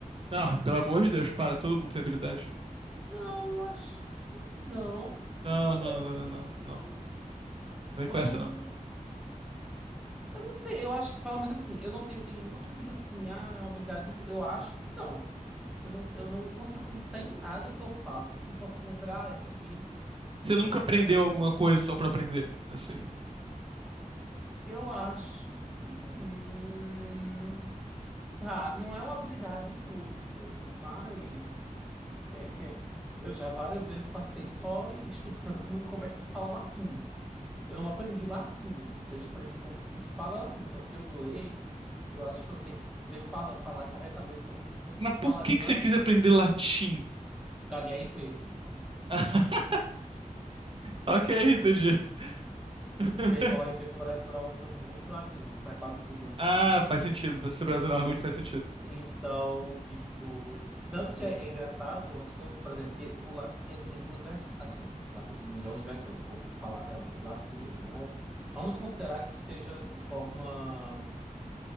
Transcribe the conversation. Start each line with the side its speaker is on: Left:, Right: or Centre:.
Right: Não, pelo amor de Deus, para, todo mundo tem habilidade.
Centre: Não, eu acho que não.
Right: Não, não,
Centre: É,
Right: não, não, não,
Centre: tenho,
Right: não. Não vem
Centre: eu
Right: com essa,
Centre: não.
Right: não.
Centre: Eu não tenho, eu acho que, pelo menos assim, eu não tenho nenhuma que eu diga assim, ah, é uma habilidade. Eu acho que não. Eu não, eu não consigo pensar em nada que eu faça que eu possa considerar, ah, essa aqui
Right: Você
Centre: é,
Right: nunca aprendeu
Centre: é inútil.
Right: alguma coisa só pra aprender, assim.
Centre: Eu acho que. hum, Tá, não é uma habilidade inútil, mas. é, <laughs> eu já várias vezes passei só estudando <laughs> como é que se fala latim. Eu não aprendi latim, eu aprendi como se fala latim. Então, se eu ler, eu acho que eu sei dizer, fala, falar corretamente como, se- como
Right: Mas
Centre: se falaria
Right: por que que
Centre: latim.
Right: você quis aprender latim?
Centre: Por causa de RP.
Right: <laughs> Ok, entendi. <laughs>
Centre: P- P- O RP Sobrenatural usa muito latim para quase tudo.
Right: Ah, faz sentido. Você sobrenatural
Centre: En-
Right: realmente faz sentido.
Centre: Então, tipo. Tanto que é, é engraçado umas coisas, por exemplo, porque o latim ele tem duas versões. Assim, o latim tem milhões de versões, se eu vou falar realmente latim mesmo, né? Mas vamos considerar que seja de forma.